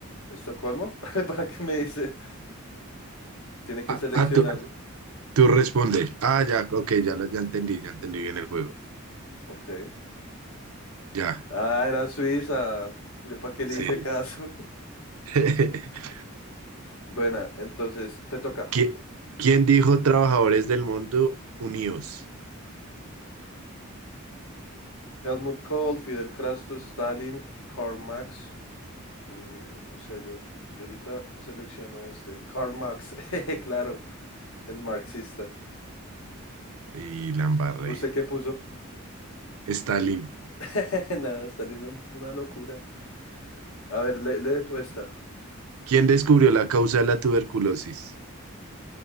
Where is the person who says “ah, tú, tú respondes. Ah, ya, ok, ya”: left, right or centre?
Right